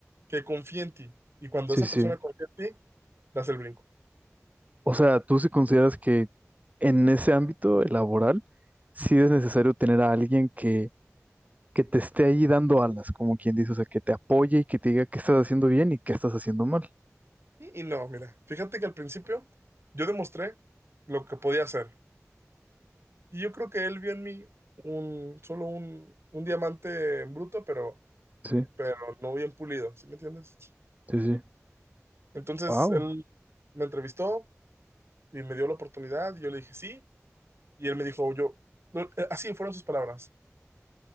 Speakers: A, on the right; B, on the right.
A: que confíe en ti. Y cuando
B: sí.
A: esa
B: sí.
A: persona confía en ti, das el brinco.
B: O sea, ¿tú sí consideras que en ese ámbito laboral sí es necesario tener a alguien que que te esté ahí dando alas, como quien dice, o sea, que te apoye y que te diga qué estás haciendo bien y qué estás haciendo mal.
A: Y, y no, mira, fíjate que al principio yo demostré lo que podía hacer. Y yo creo que él vio en mí un, solo un, un diamante en bruto, pero,
B: Sí,
A: pero no bien pulido, ¿sí me entiendes?
B: sí, sí.
A: Entonces
B: Wow.
A: él me entrevistó y me dio la oportunidad y yo le dije sí. Y él me dijo, yo, no, eh, así fueron sus palabras.